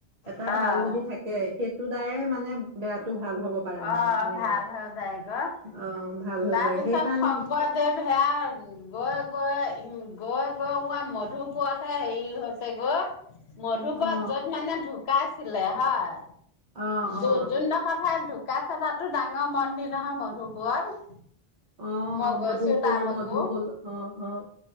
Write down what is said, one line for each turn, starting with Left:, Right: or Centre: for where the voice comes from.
Right: এটা
Left: অ',
Right: ভাল যদি থাকে সেই দুটাই মানে বেয়াটো ভাল হ'ব পাৰে
Left: অ
Right: মানে এনেকুৱা
Left: ভাল হৈ যায় গৈ
Right: অ ভাল হৈ
Left: তাৰপিছত
Right: যায় সেইকাৰণে
Left: শংকৰদেৱ সেয়া গৈ গৈ উম গৈ গৈ ৱা মধুপুৰতহে হেৰি হৈছে গৈ মধুপুৰত
Right: অ
Left: য'ত মানে ধুক ঢুকাইছিলে হয়
Right: অ
Left: যোন
Right: অ
Left: যোনডোখৰ ঠাই ধু ঢুকাইছে তাতো ডাঙৰ মন্দিৰ নহয় মধুপুৰত
Right: অ
Left: মই গৈছো
Right: মধুপুৰ
Left: তালৈকো
Right: মধুকুল অ অ